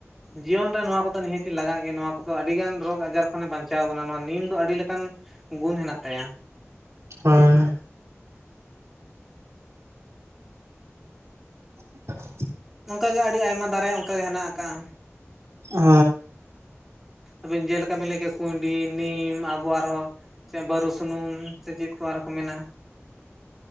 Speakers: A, in the centre; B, on the right.
A: ᱡᱤᱭᱚᱱ ᱨᱮ ᱱᱚᱣᱟ ᱠᱚᱫᱚ ᱱᱤᱦᱟᱹᱛᱤ ᱞᱟᱜᱟᱜ ᱜᱮ ᱱᱚᱣᱟ ᱠᱚᱫᱚ ᱟᱹᱰᱤ ᱜᱟᱱ ᱨᱳᱜᱽ ᱟᱡᱟᱨ ᱠᱷᱚᱱ ᱮ ᱵᱟᱧᱪᱟᱣ ᱵᱚᱱᱟ ᱱᱚᱣᱟ ᱱᱤᱢ ᱫᱚ ᱟᱹᱰᱤ ᱞᱮᱠᱟᱱ ᱜᱩᱱ ᱦᱮᱱᱟᱜ ᱛᱟᱭᱟ᱾
B: ᱦᱳᱭ᱾ <inaudible>
A: ᱱᱚᱝᱠᱟ ᱜᱮ ᱟᱹᱰᱤ ᱟᱭᱢᱟ ᱫᱟᱨᱮ ᱚᱱᱠᱟ ᱜᱮ ᱦᱮᱱᱟᱜ ᱟᱠᱟᱜᱟ᱾
B: ᱦᱩᱸ
A: ᱟᱹᱵᱤᱱ ᱡᱮᱞᱮᱠᱟ ᱵᱤᱱ ᱞᱟᱹᱭ ᱠᱮᱜᱟ ᱠᱩᱸᱰᱤ, ᱱᱤᱢ, ᱟᱵᱚ ᱟᱨᱦᱚᱸ ᱪᱮ ᱵᱟᱹᱨᱩ ᱥᱩᱱᱩᱢ ᱥᱮ ᱪᱮᱫ ᱠᱚ ᱟᱨᱦᱚᱸ ᱠᱚ ᱢᱮᱱᱟ